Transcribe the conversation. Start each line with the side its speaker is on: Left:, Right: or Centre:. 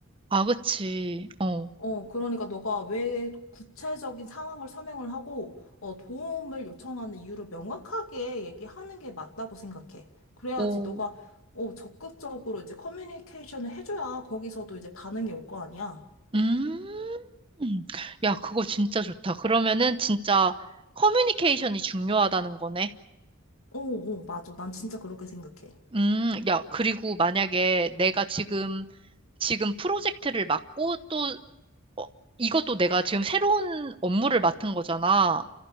Right: 아, 그치. 어.
Left: 어, 그러니까 너가 왜 구체적인 상황을 설명을 하고, 어, 도움을 요청하는 이유를 명확하게 얘기하는 게 맞다고 생각해. 그래야지
Right: 오.
Left: 너가, 어, 적극적으로 이제 커뮤니케이션을 해줘야 거기서도 이제 반응이 올 거 아니야.
Right: 음. 야, 그거 진짜 좋다. 그러면은 진짜 커뮤니케이션이 중요하다는 거네.
Left: 어, 어, 맞아. 난 진짜 그렇게 생각해.
Right: 음, 야, 그리고 만약에 내가 지금, 지금 프로젝트를 맡고 또, 어, 이것도 내가 지금 새로운 업무를 맡은 거잖아.